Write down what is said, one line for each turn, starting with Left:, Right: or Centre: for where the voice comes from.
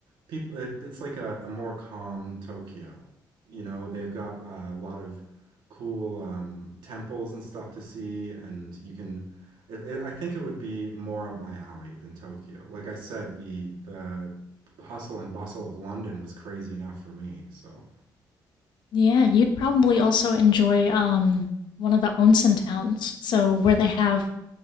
Right: people it, it's like a, a more calm Tokyo. You know, they've got a lot of cool um, temples and stuff to see, and you can it, it, I think it would be more up my alley than Tokyo. Like I said, the the hustle and bustle of London was crazy enough for me, so
Left: Yeah, you'd probably also enjoy um one of the onsen towns. So where they have